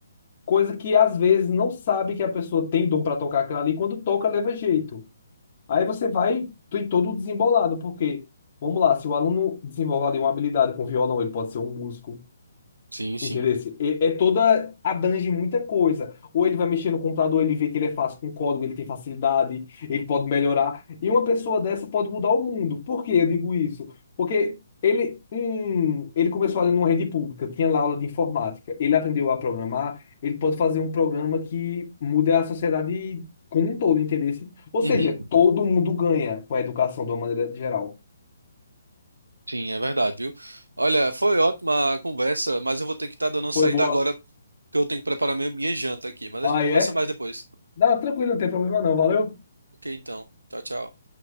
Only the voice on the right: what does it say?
Sim, sim.
Uhum.
Sim, é verdade, viu? Olha, foi ótima a conversa, mas eu vou ter que estar dando uma
saída
agora, porque eu tenho que preparar minha minha janta aqui. Mas
a gente
conversa mais depois.
Ok, então. Tchau, tchau.